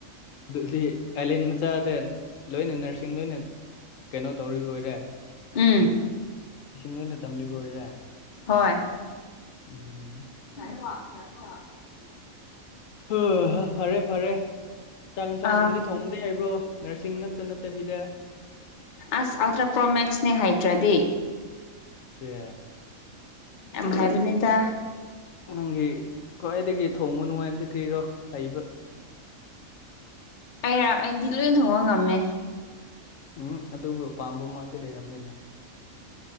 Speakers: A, on the left; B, on the left.
A: ꯑꯗꯨꯗꯤ ꯑꯥꯏꯂꯦꯟ ꯃꯆꯥꯗ ꯂꯣꯏꯅ ꯅꯔꯁꯤꯡ ꯂꯣꯏꯅ ꯀꯩꯅꯣ ꯇꯧꯔꯤꯕ ꯑꯣꯏꯔꯦ
B: ꯎꯝ
A: ꯃꯁꯤꯡꯁꯤꯡ ꯂꯣꯏꯅ ꯇꯝꯂꯤꯕ ꯑꯣꯏꯔꯦ
B: ꯍꯣꯏ
A: ꯎꯝ
B: <inaudible>
A: ꯍ ꯍ ꯐꯔꯦ ꯐꯔꯦ ꯆꯥꯛ ꯌꯦꯟꯁꯥꯡꯒꯨꯝꯗꯤ
B: ꯑꯥ
A: ꯊꯣꯡꯗꯦ ꯍꯥꯏꯕ꯭ꯔꯣ ꯅꯔꯁꯤꯡ ꯉꯛꯇ ꯅꯠꯇꯕꯤꯗ
B: ꯑꯁ ꯑꯜꯇ꯭ꯔꯥꯄ꯭ꯔꯣ ꯃꯦꯛꯁꯅꯦ ꯍꯥꯏꯇ꯭ꯔꯗꯤ
A: ꯄꯦ
B: ꯌꯥꯝ ꯍꯥꯏꯥꯏꯕꯅꯦꯗ
A: ꯅꯪꯒꯤ ꯈ꯭ꯋꯥꯏꯗꯒꯤ ꯊꯣꯡꯕ ꯅꯨꯡꯉꯥꯏꯕꯗꯤ ꯀ꯭ꯔꯤꯔꯣ ꯍꯩꯕ
B: ꯑꯩꯔꯥ ꯑꯩꯗꯤ ꯂꯣꯏ ꯊꯣꯡꯕ ꯉꯝꯃꯦ
A: ꯎꯝ ꯑꯗꯨꯕꯨ ꯑꯄꯥꯥꯝꯕ ꯃꯥꯗꯤ ꯂꯩꯔꯕꯝꯅꯤꯅ